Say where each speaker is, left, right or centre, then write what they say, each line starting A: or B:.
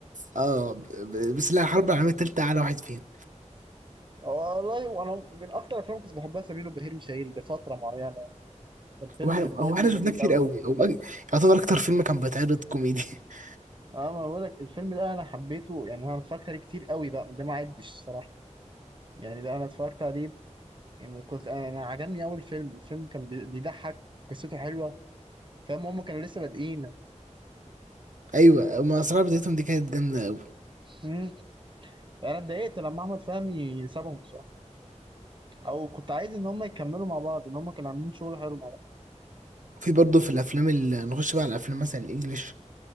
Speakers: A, on the right; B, on the right.
A: اه ب... ب- بس لا الحرب العالمية التالتة أعلى واحد فيهم
B: والله وانا من اكتر الافلام كنت بحبها سمير وبهير وشهير لفتره معينه الفيلم
A: هو إحنا
B: بالنسبه
A: هو
B: لي
A: إحنا
B: جميل
A: شفناه كتير
B: قوي
A: قوي هو أج- يعتبر أكتر فيلم كان بيتعرض كوميدي <laughs>
B: اه ما بقول لك الفيلم ده انا حبيته يعني انا اتفرجت عليه كتير قوي بقى ده ما عدش الصراحه يعني ده انا اتفرجت عليه يعني كنت انا أنا عجبني اول فيلم الفيلم كان بي- بيضحك قصته حلوه فاهم هم كانوا لسه بادئين
A: أيوة هما أسرار بدايتهم دي كانت جامدة قوي
B: امم انا اتضايقت لما احمد فهمي سابهم الصراحه او كنت عايز ان هم يكملوا مع بعض ان هم كانوا عاملين شغل حلو مع بعض
A: في برضه في الأفلام اللي نخش بقى على الأفلام مثلا الإنجليش